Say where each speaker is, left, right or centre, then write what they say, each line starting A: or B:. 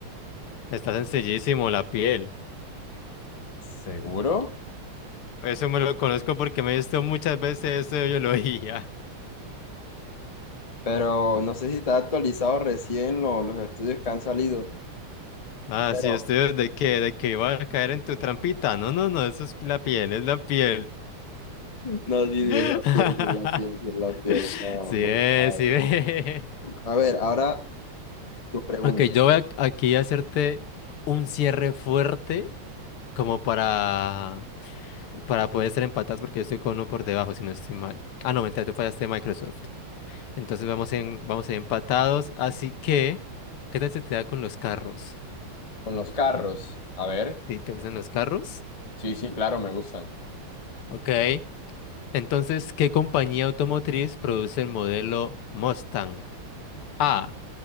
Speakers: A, on the left (about 85°); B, on the left (about 40°).
A: Está sencillísimo, la piel.
B: ¿Seguro?
A: Eso me lo conozco porque me he visto muchas veces eso de biología. <laughs>
B: Pero no sé si está actualizado recién lo- los estudios que han salido,
A: Ah,
B: pero
A: sí, estoy de que, de que iba a caer en tu trampita. No, no, no, eso es la piel, es la piel.
B: no, sí, sí,
A: <laughs>
B: es la piel, sí, es la piel, sí, es la piel. No,
A: Sí,
B: muy
A: es,
B: mal.
A: sí, es.
B: A ver, ahora tu
A: <laughs>
B: pregunta.
A: Ok, yo voy a- aquí a hacerte un cierre fuerte como para... para poder ser empatados porque yo estoy con uno por debajo, si no estoy mal. Ah, no, mentira, tú fallaste Microsoft. Entonces vamos en, vamos a ir empatados, así que, ¿qué tal se te da con los carros?
B: Con los carros. A ver.
A: ¿Sí, te gustan los carros?
B: Sí, sí, claro, me gustan.
A: Ok. Entonces, ¿qué compañía automotriz produce el modelo Mustang? A.